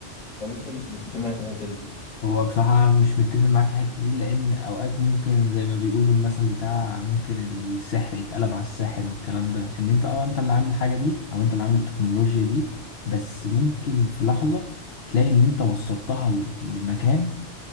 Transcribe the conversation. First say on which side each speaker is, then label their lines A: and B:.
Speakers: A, on the left (about 40°); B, on the left (about 60°).
A: ولا انت مش متفق معايا في الحته دي
B: هو بصراحة مش متفق معاك في الحتة دي لأن أوقات ممكن زي ما بيقولوا المثل بتاع ممكن السحر يتقلب على الساحر والكلام ده إن أنت أه أنت اللي عامل الحاجة دي أو أنت اللي عامل التكنولوجيا دي بس ممكن في لحظة تلاقي إن أنت وصلتها ل- لمكان